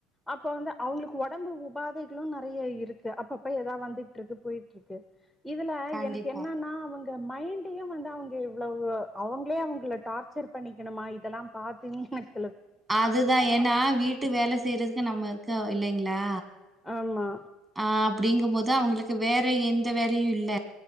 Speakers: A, in the centre; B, on the right.
A: அப்ப வந்து அவங்களுக்கு ஒடம்பு உபாதைகளு நெறைய இருக்கு அப்பப்ப எதாவ் வந்துட்டுருக்கு போயிட்டுருக்கு இதுல
B: கண்டிப்பா
A: எனக்கு என்னன்னா அவங் இந்த மைண்டையெ வந்து அவங்க இவ்ளவு அவங்களே அவங்கள டார்ச்சர் பண்ணிக்கணுமா இதெல்லா பாத்து எனக்
B: அதுதா ஏன்னா வீட்டு வேல செய்யறதுக்கு நம்ம இரு க்கோ இல்லைங்களா
A: ஆமா
B: அ அப்டிங்கும் போது இதா அவுங்களுக்கு வேற எந்த வேலயு இல்ல